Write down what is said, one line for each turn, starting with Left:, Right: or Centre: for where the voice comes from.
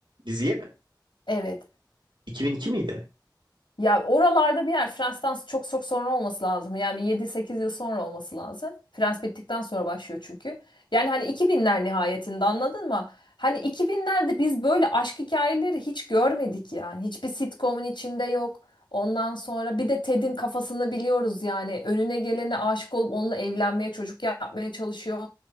Right: Diziye mi?
Left: Evet.
Right: 2002 miydi?
Left: Ya oralarda bir yer Frens'ten çok çok sonra olması lazım. Yani bir 7-8 yıl sonra olması lazım. Frans bittikten sonra başlıyor çünkü. Yani hani 2000'ler nihayetinde anladın mı? Hani 2000'lerde biz böyle aşk hikayeleri hiç görmedik yani. Hiçbir sitcomun içinde yok. Ondan sonra bir de Ted'in kafasını biliyoruz yani. Önüne gelene aşık olup onunla evlenmeye, çocuk yapmaya çalışıyor.